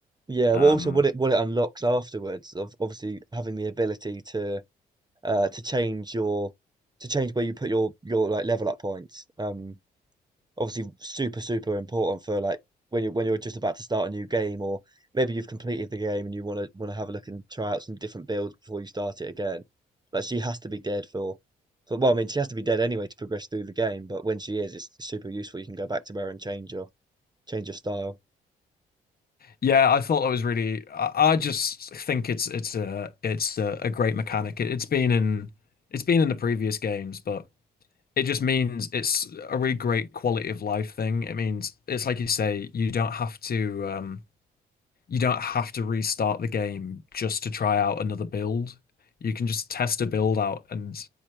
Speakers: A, on the right; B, on the left.
A: yeah.
B: Um
A: Well, also what it what it unlocks afterwards of obviously having the ability to uh to change your to change where you put your your like level up points. Um, obviously super, super important for like when you're when you're just about to start a new game, or maybe you've completed the game and you want to want to have a look and try out some different builds before you start it again. Like she has to be dead for, for well, I mean she has to be dead anyway to progress through the game, but when she is, it's super useful. You can go back to her and change your change your style.
B: Yeah, I thought that was really. I, I just think it's it's a it's a, a great mechanic. It, it's been in it's been in the previous games, but it just means it's a really great quality of life thing. It means it's like you say, you don't have to um, you don't have to restart the game just to try out another build. You can just test a build out, and